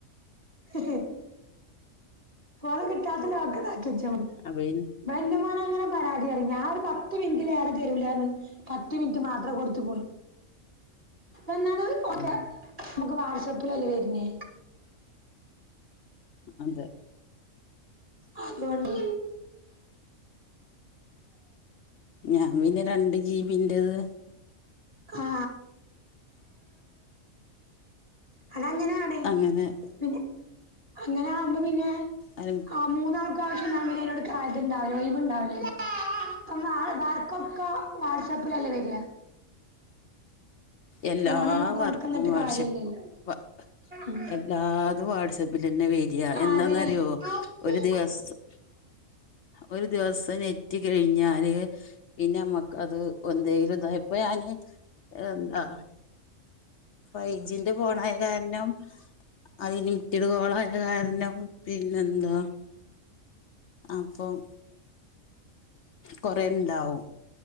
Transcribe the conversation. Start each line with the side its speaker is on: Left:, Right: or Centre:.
Right: മ് ഹ് ഫോണ്കിട്ടാത്തലോക്കതാക്കി വച്ചാ മതി.
Left: അഭയന് <unintelligible>
Right: ബല്ല്യമോനങ്ങനെ പരാതി പറയും ഞാൻ ഒരു പത്ത് മിനിറ്റിലേറെ തരൂലാന്ന് പറഞ്ഞു പത്ത് മിനിറ്റ് മാത്രെ കൊടുത്ത് പോരും. എന്നാലും ഇതൊക്കെ
Left: ആ
Right: നമുക്ക് വാട്സപ്പിലല്ലേ വരനു
Left: അതെ.
Right: അതുകൊണ്ട്.
Left: ഞാൻ പിന്നെ രണ്ട് ജീബിൻ്റേത്
Right: ആ അതങ്ങനെയാണ്.
Left: അങ്ങനെ-
Right: പിന്നെ അങ്ങനെയാകുമ്പോ പിന്നെ
Left: അലോ <unintelligible> <inaudible>
Right: ആ മൂന്നാൾക്കാര് നിന്നാൽ പിന്നേ അതിനങ്ങട്ടു കാര്യം ഉ ണ്ടാവില്ല ഒഴിവുണ്ടാവില്ലലേ ഇപ്പ വർക്കൊക്കെ വാട്സാപ്പിലല്ലേ വര.
Left: എല്ലാവർക്കും
Right: ഫോൺ നമ്മൾ കൊടുക്കുന്നിട്ട്
Left: വർഷപ്പ്
Right: കാര്യമില്ലല്ലോ
Left: പ.
Right: ഉം.
Left: എല്ലാതും വാട്സപ്പിലന്നെ വര എന്നാന്നറിയോ
Right: അതെ ഉം
Left: ഒരു ദിവസം ഒരു ദിവസം നെറ്റ് കഴിഞ്ഞാല് പിന്നെമ്മക്ക് അത് ഒ ന്തേലു ഇതായിപ്പോയഇപ്പോഞാൻ എന്താ ഫൈജിന്റെ ഫോണയത് കാരണം അയില് ഇത് കോളായ കാരണം പിന്നെന്താ അപ്പം കാെറേണ്ടാവും